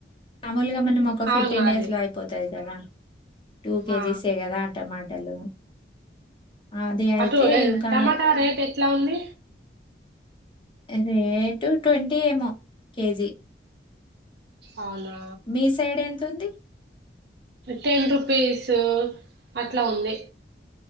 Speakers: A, on the left; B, on the right.
A: మామూలుగా మనం ఒక
B: అవును
A: ఫిఫ్టీన్
B: అదే
A: డేస్ లో అయిపోతుంది కదా టూ కేజీసే
B: ఆ
A: కదా టమాటలు అది అయితే
B: అటు ఏ,
A: ఇంకా
B: టమాటా రేట్ ఎట్లా ఉంది
A: రేటు ట్వంటీ ఏమో కేజీ
B: అవునా
A: మీ సైడ్ ఎంత ఉంది
B: టెన్ రూపీస్ అట్లా ఉంది